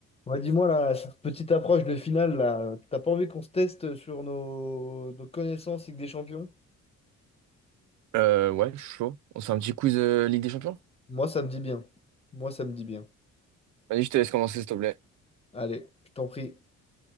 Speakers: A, on the left; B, on the right.
A: Ouais, dis-moi là, cette petite approche de finale là, t'as pas envie qu'on se teste sur nos, nos connaissances Ligue des Champions?
B: Euh, ouais, je suis chaud. On se fait un petit quiz euh, Ligue des Champions?
A: Moi, ça me dit bien. Moi, ça me dit bien.
B: Vas-y, je te laisse commencer, s'il te plaît.
A: Allez, je t'en prie.